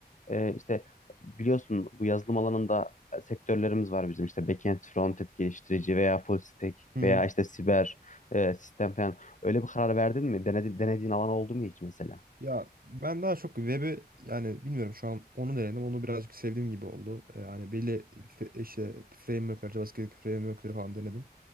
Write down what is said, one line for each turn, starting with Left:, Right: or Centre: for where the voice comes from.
Left: e, işte biliyorsun bu yazılım alanında e, sektörlerimiz var bizim işte backend, frontend geliştirici veya full stack
Right: Hı hı.
Left: veya işte siber e, sistem falan öyle bir karar verdin mi? Denedin, denediğin alan oldu mu hiç mesela?
Right: Ya ben daha çok web'i yani bilmiyorum şu an onu denedim. Onu birazcık sevdiğim gibi oldu. Yani belli fe- işte framework'ler, JavaScript framework'leri falan denedim.